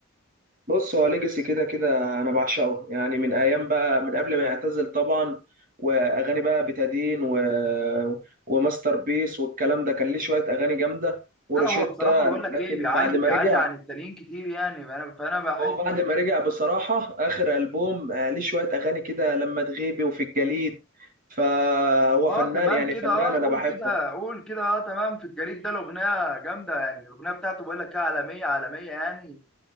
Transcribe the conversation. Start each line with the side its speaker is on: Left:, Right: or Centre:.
Right: بص هو ليجاسي كده كده انا بعشقه يعني من ايام بقى من قبل ما يعتزل طبعا واغاني بقى بتادين و... وماستر بيس والكلام ده كان ليه شويه اغاني جامده وروشيتا
Centre: لا هو بصراحة بقول لك
Right: لكن
Centre: ايه بيعلي
Right: بعد ما
Centre: بيعلي
Right: رجع
Centre: عن التانيين كتير يعني فانا فانا بحس
Right: هو بعد
Centre: ان
Right: ما رجع بصراحة آخر ألبوم آه، ليه شوية أغاني كده لما تغيبي وفي الجليد فهو
Centre: اه
Right: فنان
Centre: تمام
Right: يعني
Centre: كده
Right: فنان
Centre: اه
Right: أنا
Centre: قول
Right: بحبه
Centre: كده قول كده اه تمام في الجريد ده الأغنية جامدة يعني الأغنية بتاعته بقول لك ايه عالمية عالمية يعني